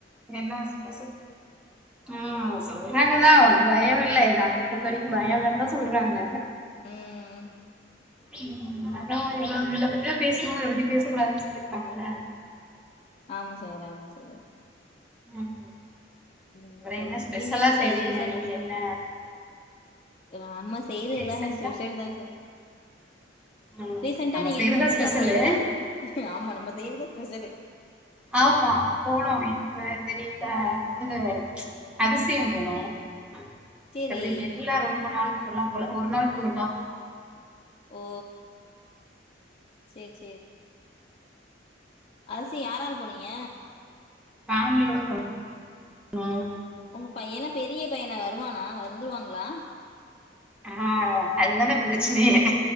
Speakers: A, in the centre; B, on the left.
A: உஹம் சொல்றாங்கதான்
B: ம்
A: பயம் இல்லை
B: ம்.
A: இந்த அக்காபொறுத்த வரைக்கும் பயம் இல்ல என்ன சொல்றாங்க
B: உஹம்
A: உஹம் <unintelligible> இதோ பேசுணு அத பத்தி பேச கூடாது சொல்லிர்ப்பாங்கள்ல
B: ஆம சோதரி ஆமா சோரே
A: ம்
B: ம்
A: அப்புற
B: சேர்
A: என்ன
B: சே
A: ஸ்பெஷலா
B: நீங்க எதுவு இப்ப
A: செய்வீங்க
B: ரீசன்ட்டா
A: நீங்க என்ன
B: இவ அம்மா செய்ற
A: ரீசெண்டா
B: எல்லாமே ஸ்பெஷல் தா ச
A: ம்
B: ரீசன்ட்டா
A: நம்ம
B: நீங்க
A: செய்றதா
B: எது சுற்றுலா
A: ஸ்பெஷலு
B: போனீங்ளா ஆமா நம்ம செய்யற்தா ஸ்பெஷலு
A: ஆ பா போனோ இப்ப திடீட்ட இது அதிசயம் போனோ த்தப்புடி
B: சேரி
A: வெளியில ரொம்ப நாள் டூர்லா போல ஒரு நாள் டூர் தா
B: ஓ சேர் சே அதுசி யாராரு போனீங்க
A: ஃபேம்லியோட போனோ
B: உங்க பையலா பெரிய பையனா வருவானா வந்ருவாங்ளா
A: ஆ அதுதான இப்ப ப்ரச்சுனுயே